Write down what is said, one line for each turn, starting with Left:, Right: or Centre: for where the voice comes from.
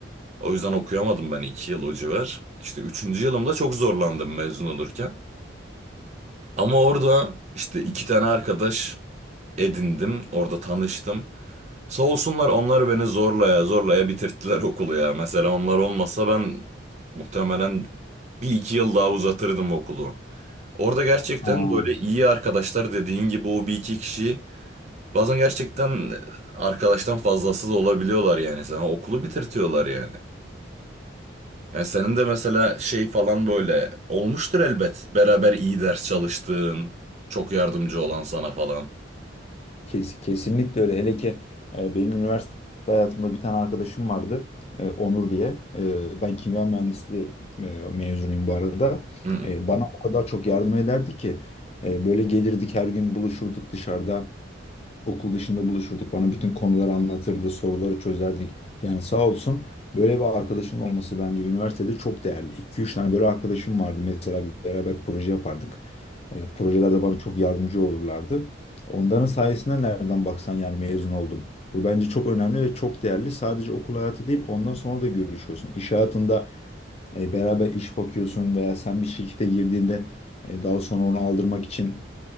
Right: O yüzden okuyamadım ben iki yıl o civar. İşte üçüncü yılımda çok zorlandım mezun olurken. Ama orada işte iki tane arkadaş edindim. Orada tanıştım. Sağ olsunlar onlar beni zorlaya zorlaya bitirttiler okulu ya. Mesela onlar olmasa ben muhtemelen bir iki yıl daha uzatırdım okulu. Orada gerçekten
Left: Ha.
Right: böyle iyi arkadaşlar dediğin gibi o bir iki kişi bazen gerçekten arkadaştan fazlası da olabiliyorlar yani sana okulu bitirtiyorlar yani. Yani senin de mesela şey falan böyle olmuştur elbet. Beraber iyi ders çalıştığın, çok yardımcı olan sana falan.
Left: Kes- kesinlikle öyle. Hele ki e, benim üniversite hayatımda bir tane arkadaşım vardı. e, Onur diye. E, ben kimya mühendisliği e, mezunuyum bu arada.
Right: Hı hı.
Left: E, bana o kadar çok yardım ederdi ki. e, böyle gelirdik her gün buluşurduk dışarıda. Okul dışında buluşurduk. Bana bütün konuları anlatırdı, soruları çözerdik. Yani sağ olsun böyle bir arkadaşın olması bence üniversitede çok değerli. 2 üç tane böyle arkadaşım vardı. Mesela bir beraber proje yapardık. E, projelerde bana çok yardımcı olurlardı. Onların sayesinde nereden baksan yani mezun oldum. Bu bence çok önemli ve çok değerli. Sadece okul hayatı değil, ondan sonra da görüşüyorsun. İş hayatında e, beraber iş bakıyorsun veya sen bir şirkete girdiğinde e, daha sonra onu aldırmak için